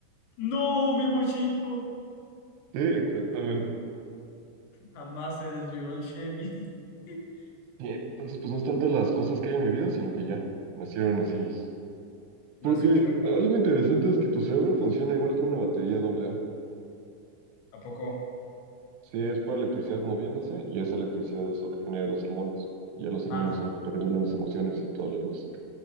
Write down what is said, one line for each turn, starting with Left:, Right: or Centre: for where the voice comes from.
Left: No, mi bochito.
Right: Sí, exactamente.
Left: Jamás se desvioló el Chevy. <laughs>
Right: Sí, entonces, pues no es tanto las cosas que hayan vivido, sino que ya nacieron así.
Left: Nació
Right: Porque
Left: chueca.
Right: algo interesante es que tu cerebro funciona igual que una batería doble A.
Left: ¿A poco?
Right: Sí, es por electricidad moviéndose y esa electricidad es lo que genera los hormonas. Ya los hormonas
Left: ah
Right: son lo que te regulan las emociones y todo lo demás.